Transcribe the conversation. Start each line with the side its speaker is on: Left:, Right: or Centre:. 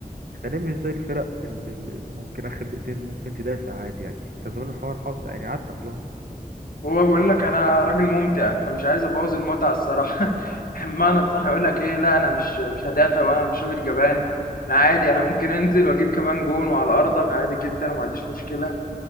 Right: احنا ليه مش زي الفرق اللي ممكن اخر دقيقتين ممكن تدافع عادي يعني كان زمان الحوار حاصل يعني عدى خلاص
Left: هو بيقول لك انا راجل ممتع فمش عايز ابوظ المتعه الصراحه <laughs> بمعنى
Right: لا،
Left: صح يقول لك ايه لا انا مش مش هدافع وانا مش راجل جبان انا عادي انا ممكن انزل واجيب كمان جون وعلى ارضك عادي جدا وما عنديش مشكله